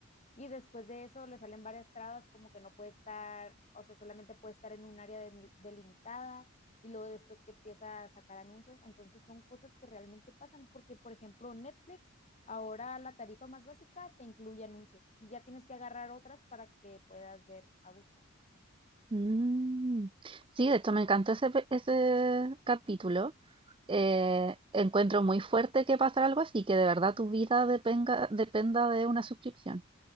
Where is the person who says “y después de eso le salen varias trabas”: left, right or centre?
Left